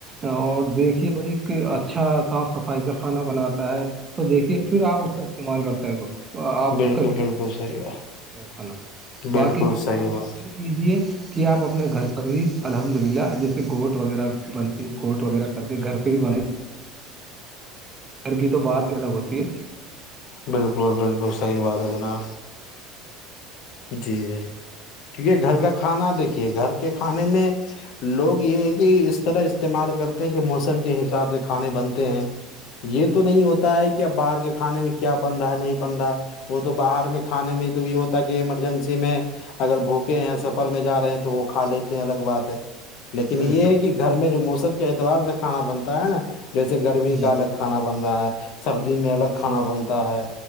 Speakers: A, on the right; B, on the left.
A: اور دیکھیے بھائی کہ اچھا صاف صفائی کا کھانا بناتا ہے تو دیکھیے پھر آپ اس کا استعمال کرتا ہے آپ
B: بالکل
A: عال سکتے
B: بالکل
A: ہو کھا
B: صحیح بات
A: سک ہو کھانا
B: بالکل
A: باقی
B: صحیح
A: کوزی
B: بات
A: ہے کہ آپ اپنے گھر پر ہی الحمد للہ جیسے گوٹ وغیرہ بنتی ہے گوٹ وغیرہ کر کے گھر پہ ہی بن گھر کی تو بات ہی الگ ہوتی ہے
B: بالکل بالکل صحیح بات ہے جناب جی جی کیونکہ گھر کا کھانا دیکھیے گھر کے کھانے میں لوگ یہ ہے کہ اس طرح استعمال کرتے ہیں کہ موسم کے حساب سے کھانے بنتے ہیں یہ تو نہیں ہوتا ہے کہ اب باہر کے کھانے میں کیا بن رہا ہے نہیں بن رہا ہے وہ تو باہر میں کھے میں تو یہ ہوتا ہے کہ ایمرجنسی میں اگر بھوکے ہیں سفر میں جا رہے ہیں تو وہ کھا لیتے ہیں الگ بات ہے لیکن
A: بے
B: یہ
A: شک
B: ہے کہ گھر میں جو موسم کے اعتبار سے کھانا بنتا ہے نا جیسے گرمی
A: جی
B: کا الگ کھانا بن رہا ہے سردی میں الگ
A: الحمد
B: کھانا
A: للہ
B: بنتا ہے